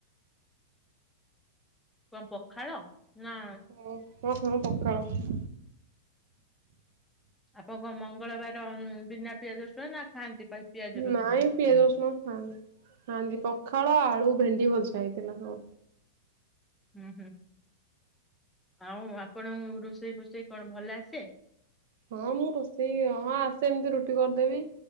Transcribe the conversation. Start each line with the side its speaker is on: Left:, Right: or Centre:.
Centre: କଣ ପଖାଳ, ନା
Right: ହଁ-ହଁ-ହଁ ପଖାଳ।
Centre: ଆପଣଙ୍କ ମଙ୍ଗଳବାର ବିନା ପିଆଜ ରସୁଣ ନା ଖାଆନ୍ତି ପା- ପିଆଜ ରସୁଣ
Right: ନାଇଁ ପିଆଜ, ରସୁଣ ଖାଆନ୍ତି। ଖାଆନ୍ତି ପଖାଳ ଆଳୁ ଭେଣ୍ଡି ଭଜା ହେଇଥିଲା ହଁ।
Centre: ହୁଁ-ହୁଁ, ଆଉ ଆପଣଙ୍କୁ ରୋଷେଇ ଫୋଷେଇ କଣ ଭଲ ଆସେ?
Right: ହଁ ମୁଁ ରୋଷେଇ ହଁ ଆସେ, ଏମ୍ତି ରୁଟି କରିଦେବି।